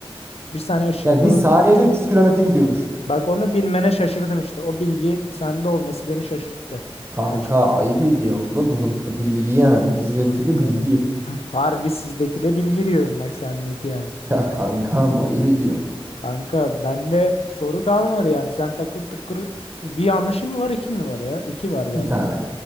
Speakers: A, on the left; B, on the right.
A: Bir saniye ışık
B: Yani
A: yılı
B: bir saniyede
A: 3.
B: 300 kilometre gidiyor ışık.
A: Bak onu bilmene şaşırdım işte. O bilgi sende olması beni şaşırttı.
B: Kanka
A: Açık
B: ayıp ediyorsun
A: gerekirse.
B: da burada da bilgi yani. Bizdeki
A: Kanka
B: de bilgi.
A: Harbi sizdeki de bilgi diyorum bak sendeki yani.
B: <laughs> Ya kankam ayıp ediyorsun.
A: Kanka bende soru kalmadı yani. Sen takır tukur bir yanlışım mı var iki mi var ya? İki var galiba.
B: Bir tane.